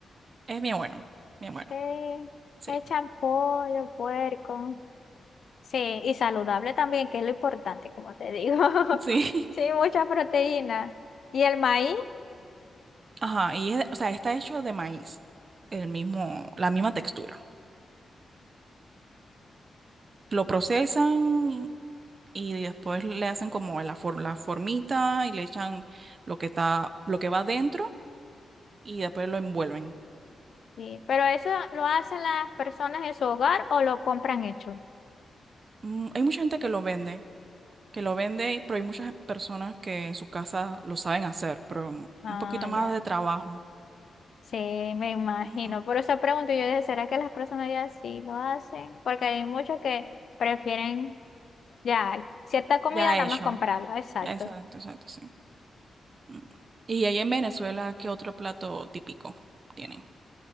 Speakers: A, on the right; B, on the left.
A: Es bien bueno, bien bueno,
B: Sí.
A: sí,
B: Le Echan pollo, puerco. Sí, y saludable también, que es lo importante, como te digo. <laughs>
A: sí.
B: Sí, mucha proteína. ¿Y el maíz?
A: <laughs> Ajá, y es- o sea, está hecho de maíz, el mismo, la misma textura. Lo procesan y después le hacen como la, for- la formita y le echan lo que está, lo que va dentro y después lo envuelven.
B: Sí, pero eso lo hacen las personas en su hogar o lo compran hecho.
A: Mm, hay mucha gente que lo vende, que lo vende, pero hay muchas personas que en su casa lo saben hacer, pero un
B: Ah,
A: poquito más
B: ya.
A: de trabajo.
B: Sí, me imagino.
A: Ujú.
B: Por eso pregunto yo, dije, ¿será que las personas ya sí lo hacen? Porque hay muchos que prefieren ya cierta comida
A: Ya
B: nada
A: hecho.
B: más comprarla. Exacto.
A: Exacto, exacto, sí. Mm. Y ahí en Venezuela, ¿qué otro plato típico tienen?